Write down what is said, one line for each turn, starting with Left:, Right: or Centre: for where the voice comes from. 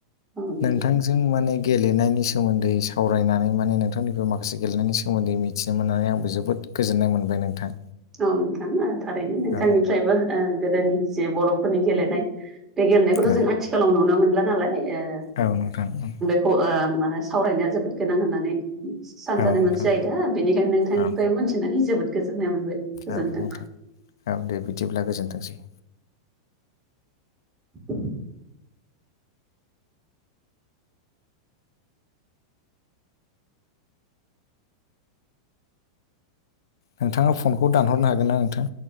Right: औ नोंथां
Left: नोंथांजों जों माने गेलेनायनि सोमोन्दै सावरायनानै माने नोंथांनिफ्राय माखासे गेलनायनि सो सोमोन्दै मिथिनो मोननानै आंबो जोबोद गोजोननाय मोनबाय नोंथां।
Right: औ नोंथां ओ थारैनो नोंथांनिफ्रायबो
Left: औ
Right: ओ गोदोनि जे बर'फोरनि गेलेनाय बे गेलेनायखौथ'
Left: औ
Right: जों आथिखालाव नुनो मोनला नालाय ओ
Left: औ नोंथां उम।
Right: अ ओ माने सावरायनाया जोबोद गोनां होननानै सानजानाय
Left: औ नोंथां
Right: मोनसे आयदा बेनिखायनो नोंथांनिफ्राय
Left: औ
Right: मोनथिनानै जोबोद गोजोननाय मोनबाय। गोजोन्थों।
Left: औ नोंथां औ दे बिदिब्ला गोजोनथोंसै।
Right: <inaudible>
Left: नोंथाङा फनखौ दानहरनो हागोन ना नोंथां?